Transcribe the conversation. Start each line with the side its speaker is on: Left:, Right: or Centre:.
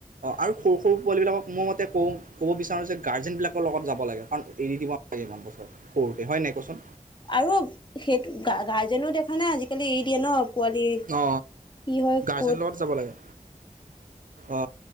Right: আৰু সৰু সৰু ছ পোৱালবিলাকক মই মতে কওঁ ক'ব বিচাৰোঁ যে গাৰ্জেনবিলাকৰ লগত যাব লাগে কাৰণ এৰি দিব নালাগে ইমান বছৰ সৰুতে হয় নাই কচোন?
Left: আৰু সেই গ গাৰ্জেনও দেখা নাই আজিকালি এৰি দিয়ে ন। পোৱালি কি
Right: অ
Left: হয়
Right: গাৰ্জেনৰ
Left: ক'ত?
Right: লগত যাব লাগে অ